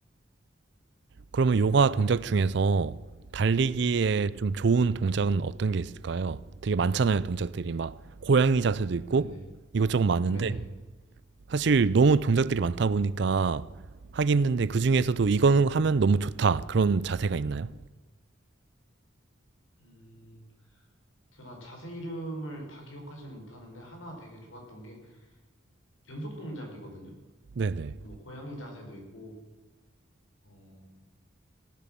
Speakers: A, on the right; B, on the left.
A: 그러면 요가 동작 중에서 달리기에
B: 네.
A: 좀 좋은 동작은 어떤 게 있을까요? 되게 많잖아요, 동작들이. 막 고양이 자세도 있고
B: 네네.
A: 이것저것 많은데,
B: 네.
A: 사실 너무 동작들이 많다 보니까 하기 힘든데 그중에서도 이거는 하면 너무 좋다. 그런 자세가 있나요?
B: 음, 제가 자세 이름을 다 기억하지는 못하는데 하나 되게 좋았던 게 연속 동작이거든요.
A: 네네.
B: 뭐 고양이 자세도 있고, 어,